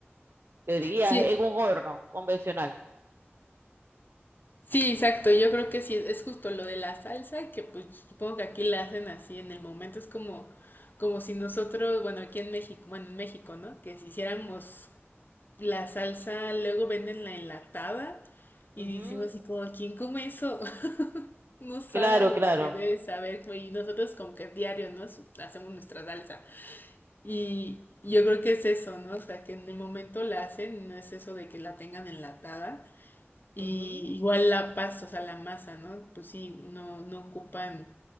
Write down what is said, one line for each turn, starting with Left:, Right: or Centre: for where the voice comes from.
Right: de días
Left: Sí,
Right: en un horno convencional.
Left: Sí, exacto. Yo creo que sí, es justo lo de la salsa, que pues supongo que aquí la hacen así en el momento. Es como, como si nosotros, bueno, aquí en México, bueno, en México, ¿no? Que si hiciéramos la salsa, luego venden la enlatada y
Right: Ujú,
Left: decimos así como, ¿quién come eso? <laughs> No sabe
Right: Claro,
Left: a lo
Right: claro.
Left: que debe saber. güey, Y nosotros como que diario, ¿no? Su- Hacemos nuestra salsa. Y yo creo que es eso, ¿no? O sea, que en el momento la hacen, no es eso de que la tengan enlatada. Y
Right: Ujú,
Left: igual la pasta, o sea, la masa, ¿no? Pues sí, no, no ocupan,